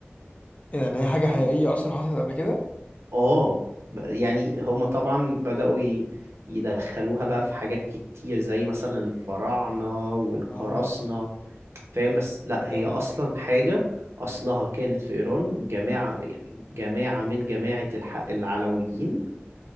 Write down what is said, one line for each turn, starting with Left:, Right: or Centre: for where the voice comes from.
Left: يعني هي حاجه حقيقيه
Right: يعني
Left: اصلا حصلت قبل كده
Right: آه ب- يعني هما طبعا بدأوا ي- يدخلوها بقى في حاجات كتير زي مثلا الفراعنة والقراصنة
Left: اه
Right: فاهم بس لأ هي
Left: يا فاهم
Right: أصلا حاجة أصلها كانت في إيران جماعة يعني جماعة من جماعة الح... العلويين